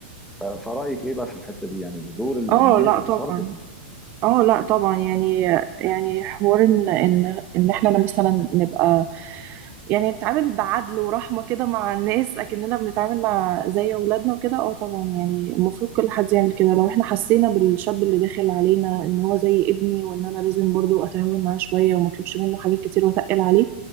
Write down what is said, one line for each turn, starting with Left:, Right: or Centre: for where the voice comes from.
Centre: ف- فرأيك ايه بقى في الحتة دي يعني ده دور ال-
Right: اه
Centre: النا-
Right: لا
Centre: الفرد
Right: طبعا
Centre: في
Right: اه لا طبعا يعني يعني حوار ان ان ان احنا مثلا نبقى يعني نتعامل بعدل ورحمة كده مع الناس أكننا بنتعامل مع زي أولادنا وكده اه طبعا يعني المفروض كل حد يعمل كده لو احنا حسينا بالشاب اللي داخل علينا إن هو زي ابني وإن أنا لازم برضو أتهاون معاه شوية ومطلبش منه حاجات كتير وأتقل عليه